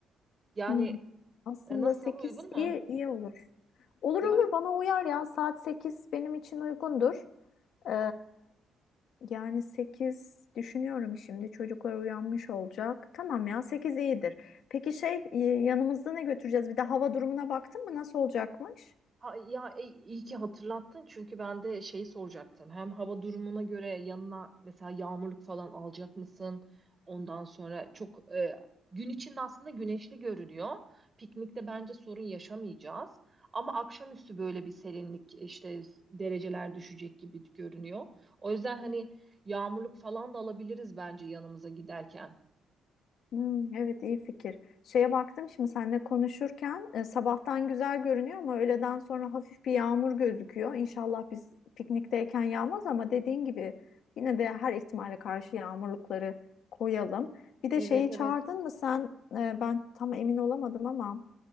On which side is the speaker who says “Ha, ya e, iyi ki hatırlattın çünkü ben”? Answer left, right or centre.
Right